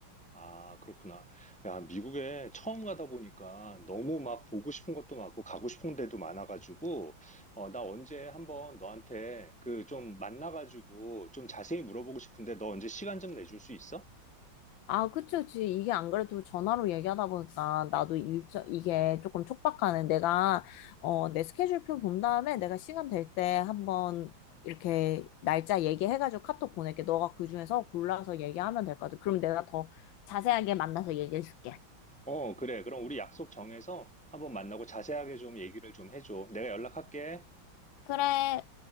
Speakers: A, in the centre; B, on the left.
A: 아, 그렇구나. 야, 미국에 처음 가다 보니까 너무 막 보고 싶은 것도 많고 가고 싶은 데도 많아가지고, 어, 나 언제 한번 너한테 그 좀 만나가지고 좀 자세히 물어보고 싶은데 너 언제 시간 좀 내줄 수 있어?
B: 아, 그치, 그치. 이게 안 그래도 전화로 얘기하다 보니까 나도 일정, 이게 조금 촉박하네. 내가, 어, 내 스케줄표 본 다음에 내가 시간 될 때 한번 이렇게 날짜 얘기해가지고 카톡 보낼게. 너가 그 중에서 골라서 얘기하면 될 것 같아. 그럼 내가 더 자세하게 만나서 얘기해줄게.
A: 어, 그래. 그럼 우리 약속 정해서 한번 만나고 자세하게 좀 얘기를 좀 해줘. 내가 연락할게.
B: 그래.